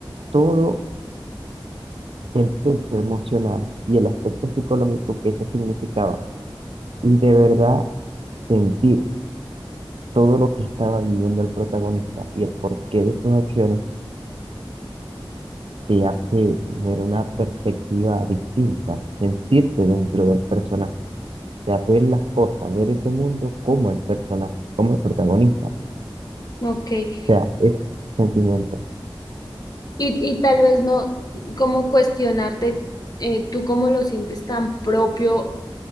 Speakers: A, on the right (about 85°); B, on the left (about 45°).
A: todo el peso emocional y el aspecto psicológico que eso significaba y de verdad sentir todo lo que estaba viviendo el protagonista y el porqué de sus acciones te hace ver una perspectiva distinta, sentirte dentro del personaje, o sea, ver las cosas, ver ese mundo como el personaje, como el protagonista, pues.
B: ok. Y,
A: O sea, ese sentimiento.
B: y tal vez no, como cuestionarte, eh, tú cómo lo sientes tan propio,